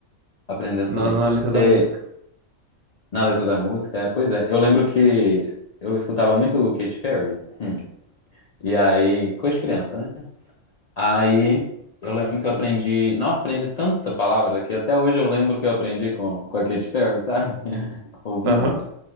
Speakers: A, on the left (about 80°); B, on the right (about 60°).
A: aprendendo
B: na,
A: também.
B: na letra
A: você
B: da música.
A: Na letra da música, é, pois é. Eu lembro que eu escutava muito Katy Perry. hum, E aí, coisa de criança, né? Aí eu lembro que eu aprendi. Não, aprendi tanta palavra que até hoje eu lembro que eu aprendi com, com a Katy Perry, sabe? <laughs> Ouvindo.
B: Aham.